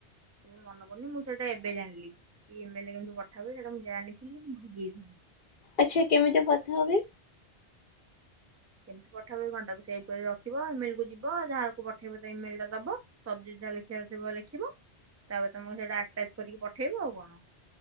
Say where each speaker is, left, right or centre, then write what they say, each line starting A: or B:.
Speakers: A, on the right (about 25°); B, on the left (about 55°).
A: ଉଁ ମନେ ପଡୁନି ମୁଁ ସେଇଟା ଏବେ ଜାଣିଲି। ଇ ମେଲ ରେ କେମିତି ପଠା ହୁଏ ସେଇଟା ମୁଁ ଜାଣି ଥିଲି ଭୁଲି ଯାଇଚି।
B: ଆଚ୍ଛା କେମିତି ପଥା ହୁଏ?
A: କେମିତି ପଠା ହୁଏ କଣ ତାକୁ ସେଭ କରି ରଖିବ ଇମେଲ କୁ ଯିବ ଯାହାକୁ ପଠେଇବ ତା ଇମେଲ ଟା ଦବ। ସବଜେଟ ଯା ଲେଖିଆରେ ଥିବ ଲେଖିବ ତାପରେ ତମକୁ ସେଇଟା ଆଟାଚ କରିକି ପଠେଇବ ଆଉ କଣ